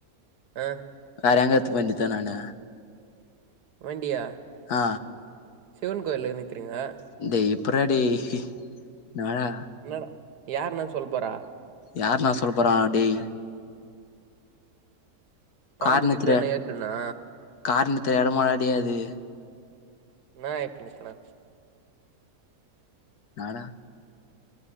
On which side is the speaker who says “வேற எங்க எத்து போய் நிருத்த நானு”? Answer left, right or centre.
Left